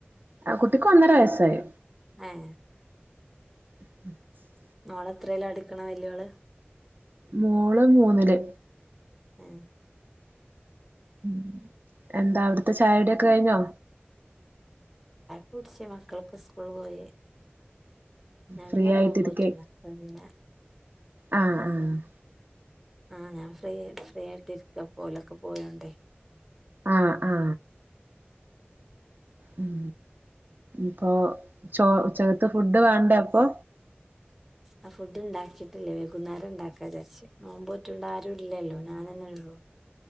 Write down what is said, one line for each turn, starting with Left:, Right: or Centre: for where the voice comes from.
Right: ആ കുട്ടിക്ക് ഒന്നര വയസായി
Centre: ആഹ
Right: ഉ
Centre: മോളെത്രെലാ പഠിക്കണേ വല്ല്യാള്
Right: മോള് മൂന്നില്
Centre: ആഹ
Right: ഉ എന്താ അവിടു ഇത്ത ചായടെൊക്കെ
Centre: ഉം
Right: കഴിഞ്ഞോ
Centre: കുടച്ച് മക്കൾക്ക് സ്കൂള് പോയി ഞാൻ
Right: ഫ്രീ
Centre: പിന്നെ
Right: ആയിട്ടിരിക്കെ
Centre: നോമ്പോറ്റുന്ന പിന്നെ-
Right: ആ ആ-
Centre: ആ ഞാൻ ഫ്രീ ഫ്രീ ആയിട്ട് ഇരിക്ക, ഓലൊക്കെ പോയോണ്ടേ.
Right: ആ ആ- ഉം ഇപ്പൊ ചോർ ഉച്ചക്കത്തെ ഫുഡ് വേണ്ടെ അപ്പൊ?
Centre: ആ ഫുഡുണ്ടാക്കിയിട്ടില്ലേ വെകുന്നേരംണ്ടാക്കാന്നു വിചാരിച്ച്, നോമ്പോറ്റുള്ള ആരും ഇല്ലല്ലോ ഞാനന്നെ ഉള്ളു.